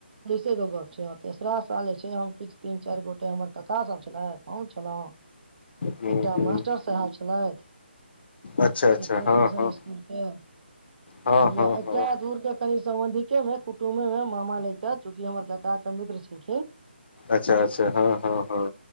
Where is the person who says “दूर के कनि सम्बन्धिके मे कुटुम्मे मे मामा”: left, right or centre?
Right